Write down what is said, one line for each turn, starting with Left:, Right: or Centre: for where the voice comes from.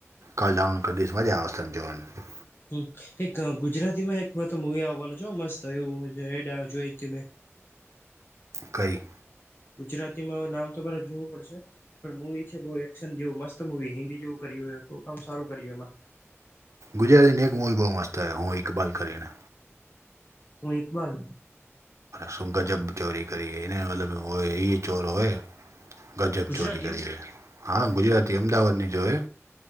Right: કલડાઉન કરદીશ મજા અવસા જોવાનુ
Left: હ એક ગુજરાતી માં એક વાર મુવી આવવાનો જો મસ્ત એવું એડ જોયી થી મેય
Right: કઈ
Left: ગુજરાતીમાં નામ તમા મારે જોવું પડશે પણ મુૂવી છે બહુ એક્શન જેવું મસ્ત મવી હિન્દી જેવું કર હો બહુ કામ સારું કર્યું એમાં
Right: ગુજરાતીને એક મોૂવી બહુ મસ્ત આવ્યો હું એકઇબાલ કરીને
Left: તું ઇકબલ
Right: શું ગજબ ચોરી કરી એને મતલબ હો એ ચોર હોય. ગજબ
Left: ગુજરાતી
Right: ચોરી કરી
Left: એમ
Right: લે હા ગુજરાતી અમદાવાદની જોએ